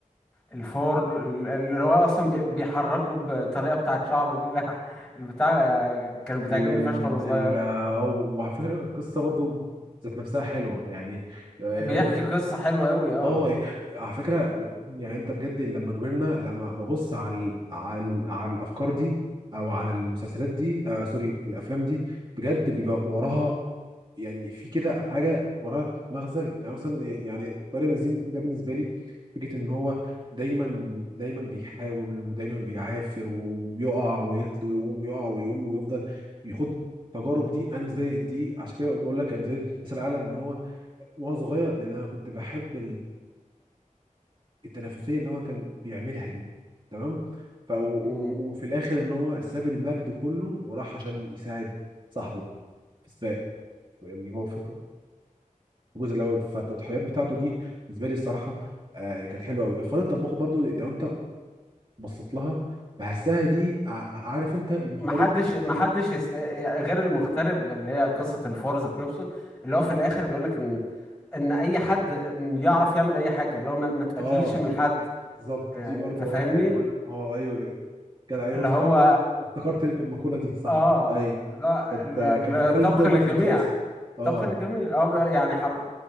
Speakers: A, in the centre; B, on the right.
A: الفور ال- اللي هو اصلا بي- بيحركه بطريقه بتاعه شعره دي <laughs> لا البتاع يعني كان بتعجبني
B: ال...
A: فشخ وانا صغير
B: آه، وعلى فكرة القصة برضو ذات نفسها حلوة يعني آه،
A: بيحكي قصه حلوه قوي اه
B: اه إيه، على فكره يعني انت بجد لما كبرنا لما ببص على ال- على ال- على الافكار دي او على المسلسلات دي آه سوري الافلام دي بجد بيبقى وراها يعني في كده حاجه وراها مغزى يعني مثلا إيه، يعني بارم الزين ده بالنسبه لي فكره ان هو دايما دايما بيحاول ودايما بيعافر وبيقع ويطل ويقوم يقع ويقوم ويفضل يخوض التجارب دي انا بالنسبه لي دي عشان كده بقول لك انا بالنسبه لي مثال اعلى ان هو وانا صغير لان انا كنت بحب التنافسيه اللي هو كان بيعملها دي تمام ف و- و-
A: مم.
B: وفي الاخر ان هو ساب المجد كله وراح عشان يساعد صاحبه في سباق في- اللي هو في في الجزء الاول فالتضحيات بتاعته دي بالنسبه لي الصراحه آه كانت حلوه قوي الفار الطباخ برضو لو انت بصيت لها بحسها دي ع- عارف انت المغترب
A: محدش محدش يست... غير المغترب اللي هي قصه الفور ذات نفسه اللي هو في الاخر بيقول لك ان ان اي حد يعرف يعمل اي حاجه اللي هو ما, ما تقللش
B: اه
A: من حد
B: بالظبط
A: انت
B: دي برضو
A: فاهمني
B: اه دي حاجه مهمه اه ايوه ج- كده ايوه
A: اللي
B: افتكرت
A: هو
B: افتكرت المقوله دي صح
A: اه
B: ايوه
A: لا
B: كانت
A: ال- ال-
B: كانت
A: الطبخ
B: بتتقال دايما
A: للجميع
B: في المسلسل
A: الطبخ
B: اه
A: الجميل اه بقى يعني حر...